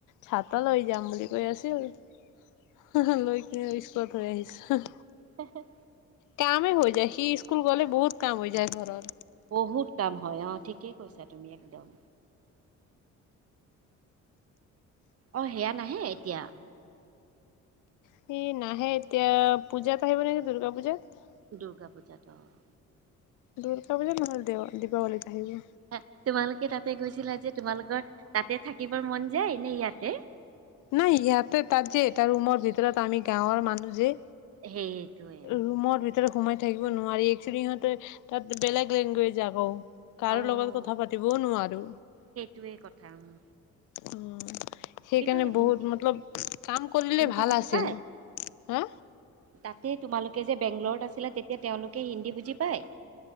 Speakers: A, on the left (about 80°); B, on the right (about 50°).
A: ছাতা লৈ যাম বুলি কৈ আছিল। লৈ কিনে স্কুলত হৈ আহিছে
B: হেঁ হেঁ!
A: কাম হৈ যায়। সি স্কুল গলে বহুত কাম হৈ যায় ঘৰৰ।
B: বহুত কাম হয় অঁ' ঠিকেই কৈছা তুমি একদম। অঁ 'সেইয়া নাহে এতিয়া?
A: সি নাহে এতিয়া, পূজাত আহিব নেকি দূৰ্গা পূজাত।
B: দুৰ্গা পূজাত অ'।
A: দুৰ্গা পূজাত নহলে দে, দীপাৱলীত আহিব।
B: এ, তোমালোকে তাতে গৈছিলা যে তোমালোকৰ তাতে থাকিবৰ মন যায় নে ইয়াতে?
A: নাই ইয়াতে, তাত যে এটা ৰুমৰ ভিতৰত আমি গাঁৱৰ মানুহ যে
B: সেইটোৱে
A: ৰুমৰ
B: উম,
A: ভিতৰত সোমাই থাকিব নোৱাৰি। একচেলি সিহঁতে তাত বেলেগ লেংগুৱেজ আকৌ। কাৰো
B: অ',
A: লগত কথা পাতিবও নোৱাৰো।
B: সেইটোৱে কথা। উম!
A: অহ্' সেইকাৰণে
B: কিন্তু
A: বহুত
B: হিন্দী
A: মতলব, কাম কৰিলে
B: হিন্দী
A: ভাল
B: বুজি
A: আছিল।
B: পায়?
A: হা
B: তাতে তোমালো- কে যে বেংগলৰত আছিলা তেতিয়া তেওঁলোকে হিন্দী বুজি পায়?